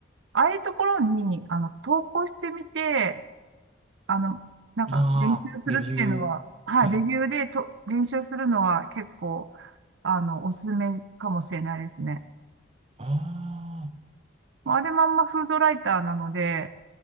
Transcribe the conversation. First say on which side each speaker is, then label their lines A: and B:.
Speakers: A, on the right (about 70°); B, on the right (about 30°).
A: ああいうところに、あの、投稿してみて、あの、なんか練習するっていうのは、
B: まあ、レビュー。
A: はい、
B: はい。
A: レビューでと練習するのは結構、あの、おすすめかもしれないですね。
B: あ
A: もうあれまんまフードライターなので、